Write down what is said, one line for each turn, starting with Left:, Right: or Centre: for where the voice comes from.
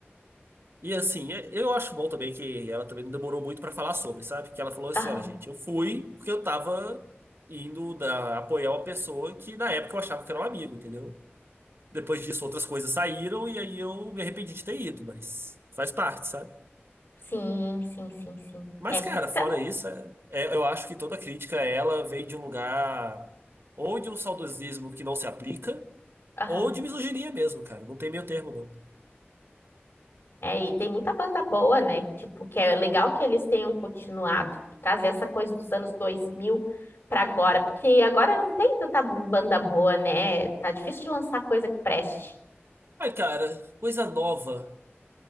Right: E assim, é- eu acho bom também que ela também não demorou muito pra falar sobre, sabe? Que ela falou assim:
Left: Aham.
Right: olha, gente, eu fui porque eu tava indo da- apoiar uma pessoa que na época eu achava que era um amigo, entendeu? Depois disso, outras coisas saíram e aí eu me arrependi de ter ido, mas faz parte, sabe?
Left: Sim, sim, sim, sim.
Right: Mas,
Left: É,
Right: cara,
Left: se-
Right: fora isso, é- é- eu acho que toda crítica a ela veio de um lugar ou de um saudosismo que não se aplica,
Left: aham.
Right: ou de misoginia mesmo, cara. Não tem meio termo, não.
Left: É, e tem muita banda boa, né? Tipo, que é legal que eles tenham continuado, trazer essa coisa dos anos 2000 para agora, porque agora não tem tanta banda boa, né? Tá difícil de lançar coisa que preste.
Right: Ai, cara, coisa nova.